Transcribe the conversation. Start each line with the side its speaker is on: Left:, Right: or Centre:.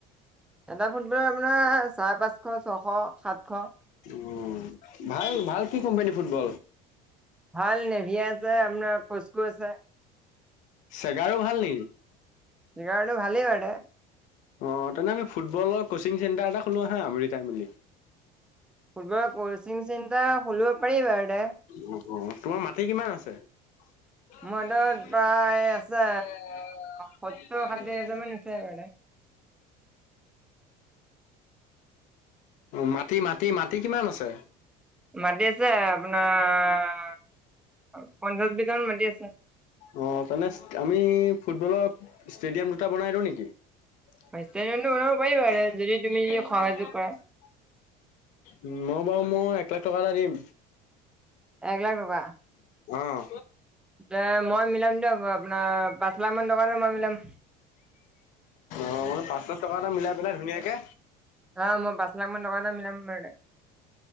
Centre: এটা ফুটবলৰ আপোনাৰ চাৰে পাঁচশ, ছশ, সাতশ।
Left: উম, ভাল ভাল কি কোম্পানী ফুটবল?
Centre: ভাল নেভিয়া আছে আপোনাৰ কচকো আছে।
Left: চেগাৰো ভাল নেকি?
Centre: চেগাৰোটো ভালেই বাৰু দে।
Left: অ তেনে আমি ফুটবলৰ কোচিং চেণ্টাৰ এটা খোলো আহা আমি দুইটাই মিলি।
Centre: ফুটবলৰ কচিং চেণ্টাৰ খুলিব পাৰি বাৰু দে।
Left: উম হুম, তোমাৰ মাটি কিমান আছে? <unintelligible>
Centre: মোৰ হাতত প্ৰায় আছে সত্তৰ ষাঠি হাজাৰ মান আছে বাৰু দে
Left: মাটি, মাটি, মাটি কিমান আছে?
Centre: মাটি আছে আপোনাৰ, পঞ্চাশ বিঘামান মাটি আছে।
Left: অ' তেনে আমি ফুটবলৰ ষ্টেডিয়াম দুটা বনাই দিওঁ নেকি? ষ্টোডিয়ামটো
Centre: ষ্টেডিয়ামটো
Left: বনাব
Centre: পাৰি
Left: পাৰি
Centre: বাৰু দে যদি তুমি সহযোগ
Left: বাৰু
Centre: কৰা
Left: <unintelligible> উম, মই বাৰু মই এক লাখ টকা এটা দিম।
Centre: এক লাখ টকা
Left: অঁ।
Centre: তে মই মিলাম দিয়ক আপোনাৰ পাঁচ লাখ মান টকা এটা মই মিলাম
Left: অঁ, মানে পাঁচ লাখ টকা এটা মিলাই পেলাই ধুনীয়াকে।
Centre: অঁ মই পাঁচ লাখ টকা এটা মিলাম বাৰু দে।